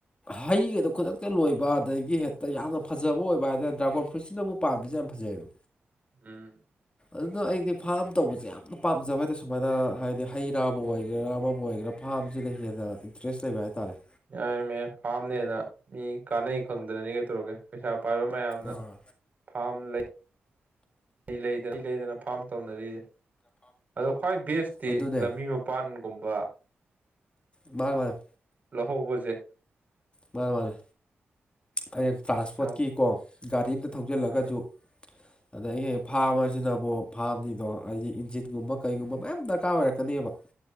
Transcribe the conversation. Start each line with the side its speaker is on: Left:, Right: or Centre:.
Left: ꯍꯩꯒꯗꯣ ꯈꯨꯗꯛꯇ ꯂꯣꯏꯕ ꯑꯗꯒꯤ ꯍꯦꯠꯇ ꯌꯥꯝꯅ ꯐꯖꯕ ꯑꯣꯏꯕ ꯍꯥꯏꯗ꯭ꯔꯠ ꯗ꯭ꯔꯥꯒꯣꯟ ꯐ꯭ꯔꯨꯠꯁꯤꯅꯃꯨ ꯄꯥꯝꯕꯁꯦ ꯌꯥꯝ ꯐꯖꯑꯦꯕ
Right: <inaudible> ꯎꯝ
Left: ꯑꯗꯨꯅ ꯑꯩꯗꯤ ꯐꯥꯝ ꯇꯧꯕꯖꯦ ꯌꯥꯝꯅ ꯄꯥꯝꯖꯕ ꯍꯥꯏꯗꯦ ꯁꯨꯃꯥꯅ ꯍꯥꯏꯗꯤ ꯍꯩ ꯔꯥꯕꯨ ꯑꯣꯏꯒꯦꯔꯥ ꯑꯃꯕꯨ ꯑꯣꯏꯒꯦꯔꯞ ꯐꯥꯕꯖꯤꯗ ꯍꯦꯟꯅ ꯏꯟꯇ꯭ꯔꯦꯁ ꯂꯩꯕ ꯍꯥꯏꯇꯥꯔꯦ꯫
Right: ꯌꯥꯌꯦꯃꯦꯌ ꯐꯥꯝꯅ ꯍꯦꯟꯅ ꯃꯤ ꯀꯥꯟꯅꯩ ꯈꯪꯗꯅꯅꯤ ꯀꯩꯇꯣꯔꯒꯦ ꯄꯩꯁꯥ ꯄꯥꯏꯕ ꯃꯌꯥꯝꯅ
Left: ꯑꯥ
Right: ꯐꯥꯝ ꯂꯩ꯫ ꯏꯂꯩꯗ ꯏ ꯂꯩꯗꯅ ꯐꯥꯝ ꯇꯧꯅꯔꯤꯖꯦ ꯑꯗꯣ ꯈ꯭ꯋꯥꯏ ꯕꯦꯁꯇꯤ
Left: ꯑꯗꯨꯅꯦ
Right: ꯂꯝꯕꯤ ꯃꯞ ꯄꯥꯟꯒꯨꯝꯕ꯫
Left: ꯃꯥꯌ ꯃꯥꯌ
Right: ꯂꯧꯍꯧꯕꯖꯦ꯫
Left: ꯃꯥꯅꯦ ꯃꯥꯅꯦ꯫ ꯈꯌꯦꯡ ꯇ꯭ꯔꯥꯟꯁꯄꯣꯠꯀꯤꯀꯣ
Right: ꯌꯥꯝ
Left: ꯒꯥꯔꯤ ꯑꯝꯗ ꯊꯧꯖꯤꯜꯂꯒꯖꯨ
Right: ꯎꯝ
Left: ꯑꯗꯑꯦ ꯐꯥꯝꯍꯖꯤꯅꯕꯣ ꯐꯥꯝꯅꯤꯗꯣ ꯑꯥꯏꯗꯤ ꯏꯟꯖꯤꯟꯒꯨꯝꯕ ꯀꯩꯒꯨꯝꯕ ꯃꯌꯥꯝ ꯅꯛ ꯀꯥ ꯑꯣꯏꯔꯛꯀꯅꯦꯕ